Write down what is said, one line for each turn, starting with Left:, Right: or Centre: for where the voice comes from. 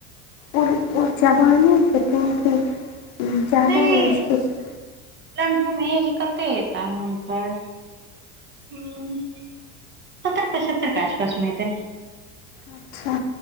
Left: ओ-ओ जवाने छथिन कि जादा
Right: नहि
Left: एजके छथिन।
Right: लमसम ऐज कते हेतैन हुनकर ह सत्तर पचहत्तर के आसपास मे हतैन
Left: अच्छा